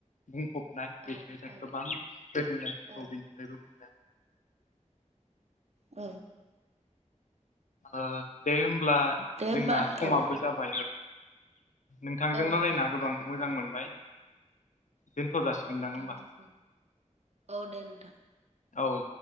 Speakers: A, on the left; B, on the right.
A: बुंफबनाय
B: औ
A: बिदिनो जों
B: औ
A: गोबां <unintelligible>
B: औ औ।
A: ओ दे होमब्ला
B: दे होमबा
A: जोंना समाबो
B: औ
A: जाबाय औ। नोंथांजों
B: औ नोंथां
A: रायलायना गोबां मोजां मोनबाय। दोनथ' जासिगोनदां
B: औ नोंथां।
A: होमबा
B: औ दे नोंथां।
A: औ।